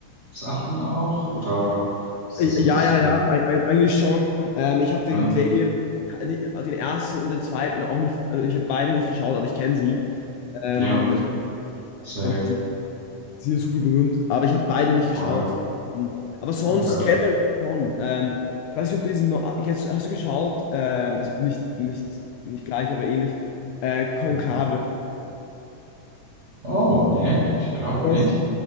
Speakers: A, on the right (about 30°); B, on the left (about 80°).
A: Sachen auch? Oder ist
B: Äh,
A: das nicht
B: Ja,
A: so?
B: ja, ja, eig- eig- eigentlich schon. Ähm, ich habe den
A: Hm?
B: Gladiator, den ersten und den zweiten auch nicht, also ich habe beide nicht geschaut, aber ich kenne sie. Ähm,
A: Ja,
B: also,
A: safe.
B: und die, sie sind super berühmt, aber ich habe beide nicht geschaut.
A: Voll.
B: Mhm. Aber sonst
A: Okay.
B: generell schon. Ähm, ich weiß nicht, ob du diesen, noch- kennst, hast du geschaut? Ähm, ist nicht, nicht, nicht gleich, aber ähnlich. Äh, Konklave.
A: Hm. Oh, nee, ich glaube
B: Das,
A: nicht.